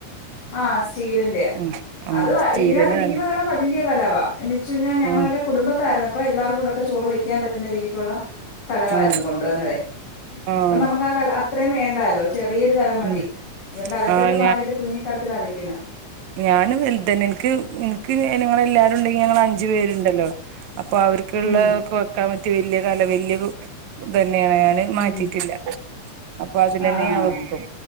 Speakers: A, on the left (about 80°); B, on the right (about 70°).
A: ആ സ്റ്റീലിന്റെ ആ
B: ഉം ആഹ്
A: അത്
B: സ്റ്റീലന്നെ
A: ഇതിനകത്ത് ഇരിക്കുന്ന
B: നല്ലെ
A: കലം വലിയ <unintelligible> എനിച്ചു ഞാൻ ഞങ്ങളുടെ
B: ആഹ്
A: കുടുംബതാരുന്നു എല്ലാര് കൊടുക്ക ഒക്കെ ചോറ് വക്കാൻ പറ്റുന്ന രീതിക്കുള്ള കലവായിരുന്നു
B: ആഹ്
A: കൊണ്ടുവന്നതെ ഇപ്പൊ
B: ആഹ്
A: നമുക്ക് ആ കലം അത്രയും വേ <unintelligible> ചെറിയൊരു കലം മതി
B: ഉം
A: അതൊണ്ട് അതൊക്കെടുത്ത്
B: ആഹ്
A: മാറ്റിയിട്ട് കുഞ്ഞിക്കലത്തില വെ പിന <unintelligible>
B: ഞാൻ വലുതന്നെ നിക്ക് നിക്ക് നിങ്ങള എല്ലാരും ഉണ്ടെങ്കിൽ ഞങ്ങള് അഞ്ച് പേരുണ്ടല്ലോ അപ്പൊ അവർക്കുള്ളതൊക്കെ
A: ഉം
B: വെക്കാൻ പറ്റ വല്യ കലം വല്യ കു ഞൻ മാറ്റിട്ടില്ല
A: ഉം
B: അപ്പൊ അതിൽന്നെ
A: ആഹ് ആഹ്
B: ഞാൻ വെക്കും